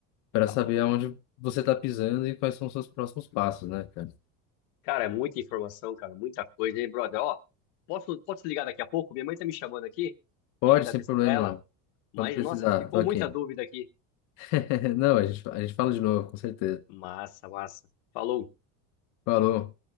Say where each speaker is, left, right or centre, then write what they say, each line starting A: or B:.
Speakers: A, on the left; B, on the left.
A: para saber
B: Rap-
A: aonde você está pisando e quais são os seus próximos passos, né, cara?
B: Cara, é muita informação, cara, muita coisa, hein, brother? Ó, posso, posso te ligar daqui a pouco? Minha mãe tá me chamando aqui,
A: Pode,
B: tem que dar
A: sem
B: atenção
A: problema,
B: pra ela.
A: irmão.
B: Mas,
A: Quando precisar,
B: nossa, ficou
A: tô aqui.
B: muita dúvida aqui.
A: <laughs> Não, a gente, a gente fala de novo, com certeza.
B: Massa, massa. Falou.
A: Falou.